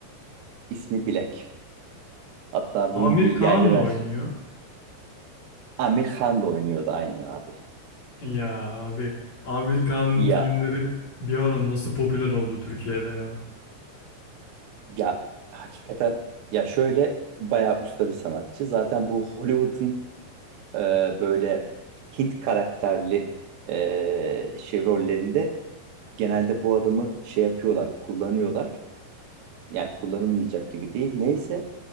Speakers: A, on the right; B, on the left.
A: ismi Black. Hatta
B: Amir
A: bunun bir yerli
B: Kağan mı
A: versiyonu.
B: oynuyor?
A: Amir Khan da oynuyordu aynen abi.
B: Ya abi Amir Kağan'ın
A: Ya
B: filmleri bir ara nasıl popüler oldu Türkiye'de ya?
A: ya hakikaten ya şöyle bayağı usta bir sanatçı. Zaten bu Hollywood'un e, böyle Hint karakterli e, şey rollerinde genelde bu adamı şey yapıyorlar, kullanıyorlar. Yani kullanılmayacak gibi değil. Neyse